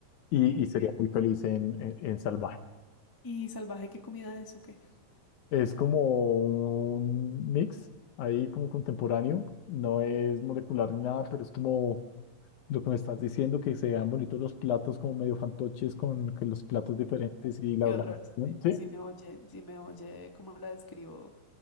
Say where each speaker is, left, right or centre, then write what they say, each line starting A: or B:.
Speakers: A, on the left; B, on the left.
A: y,
B: Ok.
A: y sería muy feliz en, en en Salvaje.
B: ¿Y salvaje qué comida es o qué?
A: Es como un mix ahí como contemporáneo, no es molecular ni nada, pero es como lo que me estás diciendo, que se vean bonitos los platos como medio fantoches con, con los platos diferentes
B: <laughs>
A: y la
B: Qué
A: organización.
B: horror. Si
A: Sí,
B: si me oye, si me oye, ¿cómo la describo?